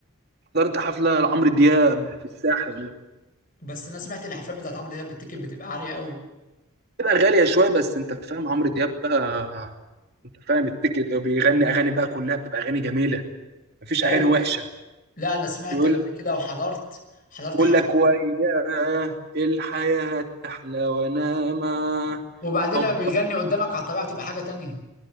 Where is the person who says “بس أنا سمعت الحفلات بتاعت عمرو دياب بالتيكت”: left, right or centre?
Left